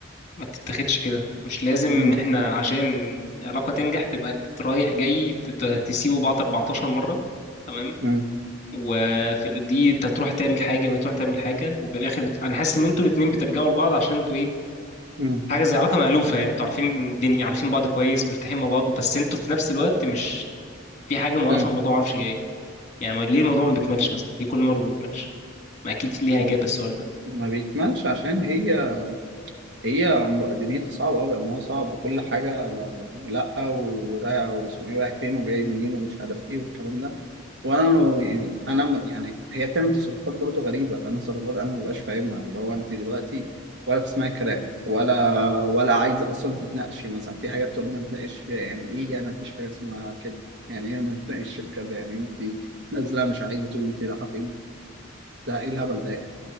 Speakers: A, on the left (about 35°); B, on the right (about 60°).
A: ما بتتاخدش كده مش لازم ان
B: امم
A: احنا عشان علاقه تنجح تبقى اللي رايح جاي تت- تسيبوا بعض 14 مره تمام
B: امم
A: وفي ال- دي انت تروح تعمل حاجه وهتروح تعمل حاجه وفي الاخر بت... انا حاسس ان انتوا الاثنين بترجعوا لبعض عشان انتوا ايه
B: امم
A: حاجه زي علاقه مألوفه يعني انتوا عارفين الدنيا عارفين بعض كويس مرتاحين مع بعض بس انتوا في نفس الوقت مش في حاجه موقفه
B: امم
A: الموضوع معرفش هي ايه يعني ما- ليه الموضوع ما بيكملش مثلا ليه كل مره ما بيكملش ما اكيد ليها
B: آه.
A: اجابه السؤال ده
B: ما بيكملش عشان هي هي دنيتي صعبه قوي امرها صعب وكل حاجه لا ورايح واسمه ايه رايح فين وجاي منين ومش عارف ايه والكلام ده وانا لو- يعني انا م- يعني هي بتعمل تصرفات برضه غريبه انا تصرفات انا مبقاش فاهمها اللي هو انت دلوقتي ولا بتسمعي كلام ولا ولا عايزه اصلا تتناقشي مثلا في حاجه تقول لي ما نتناقش فيها يعني ايه انا مفيش حاجه اسمها كده يعني ايه ما نتناقش في كذا يعني انت نازله مش عايزه تقولي انت رايحه فين ده ايه الهبل ده يعني